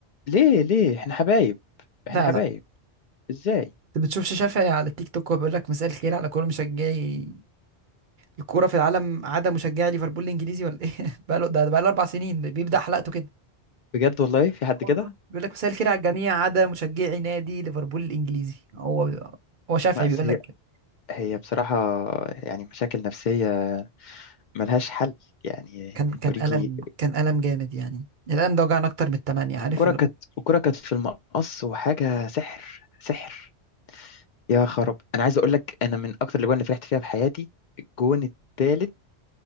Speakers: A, on the left; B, on the right.
A: ليه ليه احنا حبايب
B: لا
A: احنا حبايب
B: لا
A: ازاي
B: انت بتشوفش شافعي على التيك توك وبيقول لك مساء الخير على كل مشجعي الكوره في العالم عدا مشجعي ليفربول الانجليزي ولا ايه <laughs> بقى له ده بقى له اربع سنين بيبدا حلقته كده
A: بجد والله في حد
B: والله
A: كده
B: بيقول لك مساء الخير على الجميع عدا مشجعي نادي ليفربول الانجليزي هو هو شافعي
A: بس
B: بيقول
A: هي
B: لك كده.
A: هي بصراحة يعني مشاكل نفسية ملهاش حل يعني
B: كان كان
A: أوريجي
B: الم كان الم جامد يعني الالم ده وجعنا اكتر من الثمانيه عارف
A: الكرة
B: اللي
A: كانت
B: هو
A: الكرة كانت في المقص وحاجة سحر سحر يا خراب أنا عايز أقول لك أنا من أكتر الأجوان اللي فرحت فيها بحياتي الجون التالت